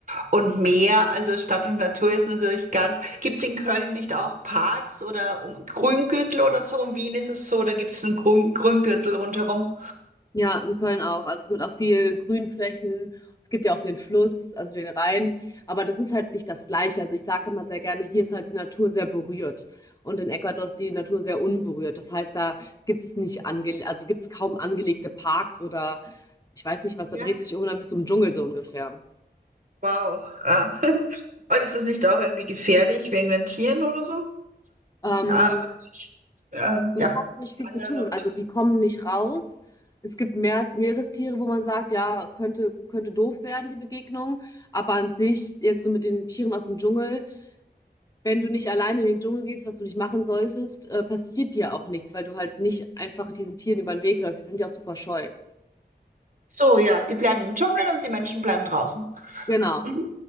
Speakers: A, on the right; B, on the left.
A: und Meer, also Stadt und Natur ist natürlich ganz, gibt's in Köln nicht auch Parks oder um, Grüngürtel oder so? In Wien ist es so, da gibt's einen Grün, Grüngürtel rundherum.
B: Ja, in Köln auch. Also es gibt auch viel Grünflächen. Es gibt ja auch den Fluss, also den Rhein. Aber das ist halt nicht das Gleiche. Also ich sage immer sehr gerne, hier ist halt die Natur sehr berührt. Und in Ecuador ist die Natur sehr unberührt. Das heißt, da gibt's nicht ange, also gibt's kaum angelegte Parks oder ich weiß nicht was,
A: Ja,
B: da drehst du dich irgendwann bis zum Dschungel so ungefähr.
A: wow. Ah. <laughs> Und ist das nicht auch irgendwie gefährlich wegen den Tieren oder so?
B: Ähm,
A: Ah, was weiß ich, ähm,
B: mit
A: ja,
B: hast du nicht
A: Schlangen
B: viel zu tun.
A: oder-
B: Also die kommen nicht raus. Es gibt mehr Meerestiere, wo man sagt, ja, könnte, könnte doof werden, die Begegnung. Aber an sich, jetzt so mit den Tieren aus dem Dschungel, wenn du nicht alleine in den Dschungel gehst, was du nicht machen solltest, äh, passiert dir auch nichts, weil du halt nicht einfach diesen Tieren über den Weg läufst. Die sind ja auch super scheu.
A: so, ja, die bleiben im Dschungel und die Menschen bleiben draußen.
B: Genau.
A: Mhm.